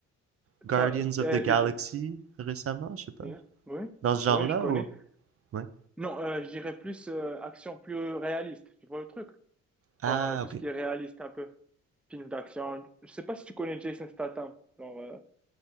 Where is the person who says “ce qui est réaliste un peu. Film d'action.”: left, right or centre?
Centre